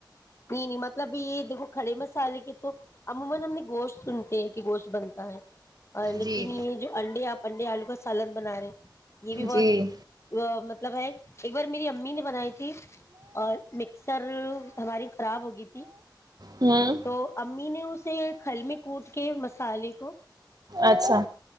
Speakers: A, on the left; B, on the right.
A: اپنی مطلب یہ دیکھو کھڑے مصالحے کے تو عموما ہم نے گوشت سنتے ہیں کہ گوشت بنتا ہے لیکن
B: جی
A: یہ جو انڈے آپ اننڈے آلو کا سالد بنا رہے یہ بھی بہت
B: جی جی
A: ا مطب ل بائی ایک بار میری امی نے بنائی ت ٹ اور مک سر ہماری خراب ہوگی تھی
B: ہوں
A: تو امی نے اسے کھل میں کوٹ کے م فال کوو
B: اچھا